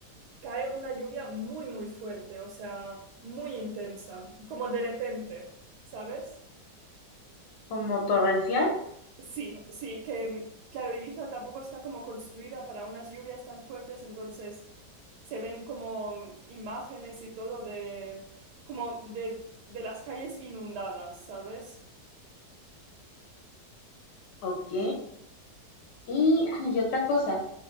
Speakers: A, on the right; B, on the left.
A: cae una lluvia muy, muy fuerte, o sea, muy intensa, como de repente, ¿sabes?
B: ¿Como torrencial?
A: Sí, sí, que mm, claro, Ibiza tampoco está como construida para unas lluvias tan fuertes, entonces... se ven como imágenes y todo de como de, de las calles inundadas, ¿sabes?
B: Ok. Y hay otra cosa.